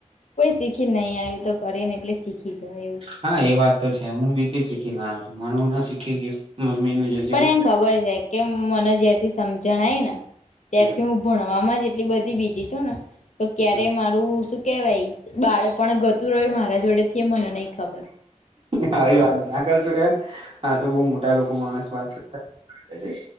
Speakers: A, on the left (about 70°); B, on the right (about 45°).
A: કોઈ શીખી નહીં આવ્યું તો કરી ને એટલે શીખી જાવયું.
B: હા એ વાત તો છે હું બી કઈ શીખી ના આવ્યો છું મને હુ ના શીખી ગયું મમ્મી નું જોયું
A: પણ એમ ખબર છે કે મને જ્યારથી સમજણ આવી ને ત્યારથી
B: હમ
A: હું ભણવામાં જ એટલી બધી બીજી છું ને તો ક્યારે
B: હમ
A: મારું શું કેવાય બાળ પણ ગતું રહય મારા જોડે થી એ મને નહી ખબર
B: હા આવી વાત ના કરશો કે આા તો બહુ મોટા લોકો માણસ વાત કર એ છે.